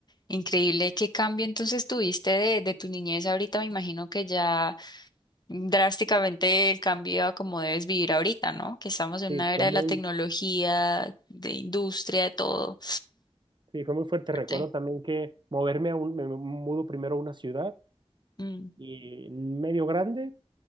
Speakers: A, on the left; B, on the right.
A: Increíble, qué cambio entonces tuviste de, de tu niñez ahorita. Me imagino que ya drásticamente el cambio a cómo debes vivir ahorita, ¿no? Que estamos en
B: sí,
A: una era
B: fue
A: de
B: muy,
A: la tecnología, de industria, de todo.
B: sí, fue muy fuerte.
A: Fuerte.
B: Recuerdo también que moverme a un, me me mudo primero a una ciudad
A: Mm,
B: y medio grande